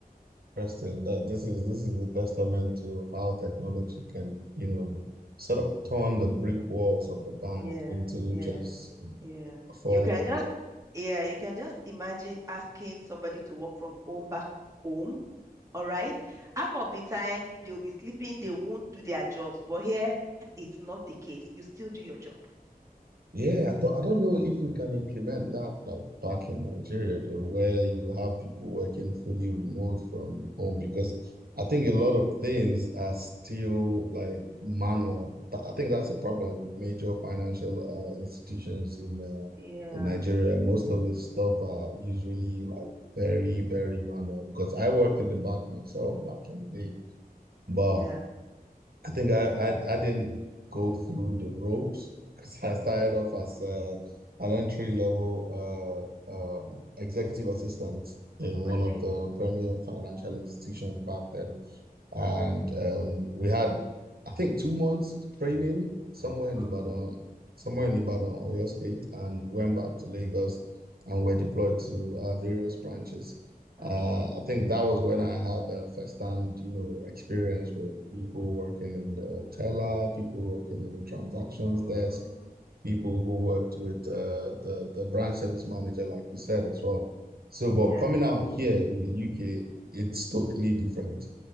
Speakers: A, on the right; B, on the right.
A: Interesting that this is this is the testament to how technology can, you know, sort of turn the brick walls of the bank
B: Yeah,
A: into
B: yeah,
A: just
B: yeah.
A: four
B: You can
A: walls.
B: just, yeah, you can just imagine asking somebody to work from home back home. All right. Half of the time they'll be sleeping, they won't do their jobs. But here it's not the case. You still do your job.
A: Yeah, I don't, I don't know if we can implement that like back in Nigeria though, where you have people working fully remote from home because I think a lot of things are still like manual. Th- I think that's a problem with major financial uh, institutions in uh,
B: Yeah,
A: in Nigeria. Most
B: yeah,
A: of the stuff are usually like very, very manual because I worked in the bank myself back in the day. but.
B: Yeah.
A: I think I, I I didn't go through the ropes because I started off as uh, an entry level uh, um, executive assistant in
B: okay,
A: one of the premier financial institutions back then. And um, we had, I think, two months training somewhere in
B: Mm-hmm.
A: Ibadan, somewhere in Ibadan, Oyo State, and went back to Lagos and were deployed to uh, various branches.
B: Okay.
A: Uh, I think that was when I had a first-hand, you know, experience with people working in the teller, people working in the transactions
B: Mm-hmm.
A: desk, people who
B: yeah.
A: worked with uh, the the branch service manager, like you said as well. So,
B: Yeah.
A: but coming out here in the UK, it's totally different.